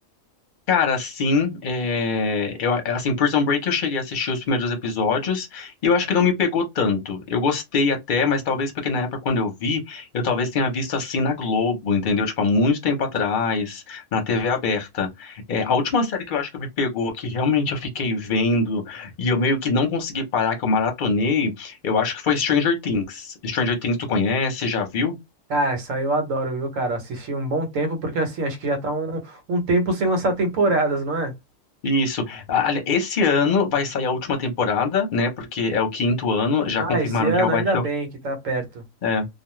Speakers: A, on the left; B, on the right.
A: Cara, sim, é, eu, assim, Prison Break eu cheguei a assistir os primeiros episódios e eu acho que não me pegou tanto. Eu gostei até, mas talvez porque na época quando eu vi, eu talvez tenha visto assim na Globo, entendeu? Tipo, há muito tempo atrás, na TV aberta. É, a última série que eu acho que me pegou, que realmente eu fiquei vendo e eu meio que não consegui parar, que eu maratonei, eu acho que foi Stranger Things. Stranger Things tu conhece, já viu?
B: Cara, isso aí eu adoro, viu, cara? Eu Assisti um bom tempo, porque assim, acho que já tá um, um tempo sem lançar temporadas, não é?
A: Isso. Ah, ali- Esse ano vai sair a última temporada, né? Porque é o quinto ano. Já
B: Ah,
A: confirmaram
B: esse ano
A: que vai
B: ainda
A: ser
B: bem que tá perto.
A: é,